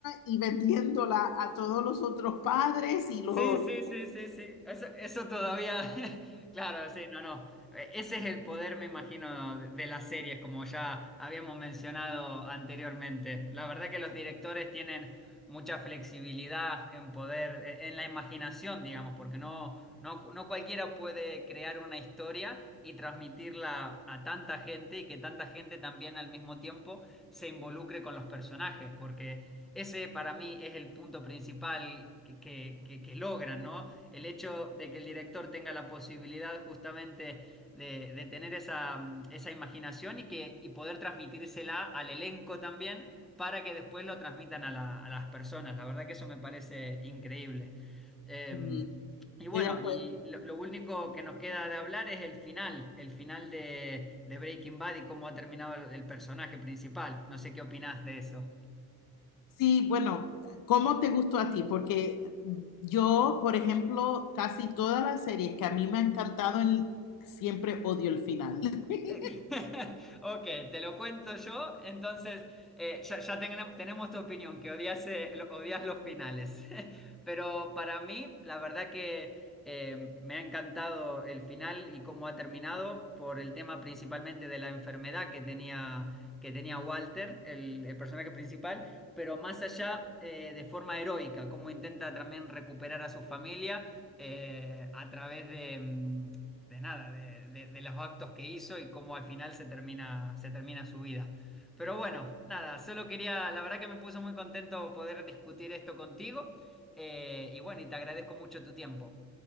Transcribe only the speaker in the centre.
Sí,
sí, sí, sí, sí. Eso, eso todavía, <laughs> claro, sí, no, no. E- Ese es el poder, me imagino, de de las series, como ya habíamos mencionado anteriormente. La verdad que los directores tienen mucha flexibilidad en poder, e- en la imaginación, digamos, porque no, no, no cualquiera puede crear una historia y transmitirla a tanta gente y que tanta gente también al mismo tiempo se involucre con los personajes, porque ese para mí es el punto principal que, que, que- que logran, ¿no? El hecho de que el director tenga la posibilidad justamente de, de tener esa, mm, esa imaginación y, que, y poder transmitírsela al elenco también para que después lo transmitan a, la- a las personas. La verdad que eso me parece increíble. Eh,
y bueno,
y lo, lo único que nos queda de hablar es el final, el final de, de Breaking Bad y cómo ha terminado el el personaje principal. No sé qué opinás de eso.
<laughs> Ok, te lo cuento yo. Entonces, eh, ya, ya tenemos, tenemos tu opinión, que odias, eh, lo- odias los finales. <laughs> Pero para mí, la verdad que eh, me ha encantado el final y cómo ha terminado por el tema principalmente de la enfermedad que tenía, que tenía Walter, el, el personaje principal, pero más allá eh, de forma heroica, cómo intenta también recuperar a su familia eh, a través de, mm, de nada, de, de- de los actos que hizo y cómo al final se termina, se termina su vida. Pero bueno, nada, solo quería, la verdad que me puso muy contento poder discutir esto contigo. eh, y bueno, y te agradezco mucho tu tiempo.